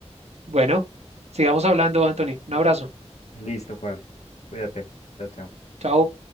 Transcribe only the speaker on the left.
Listo, Juan. Cuídate. Chao, chao.